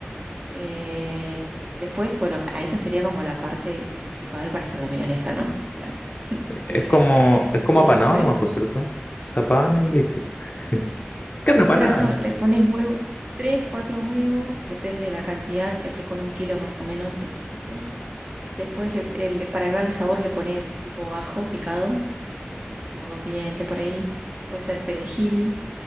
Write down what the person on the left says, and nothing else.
Es
como, es como
apanado
nomás, por cierto. Se apana y listo.
<laughs> Es carne apanada,
¿no?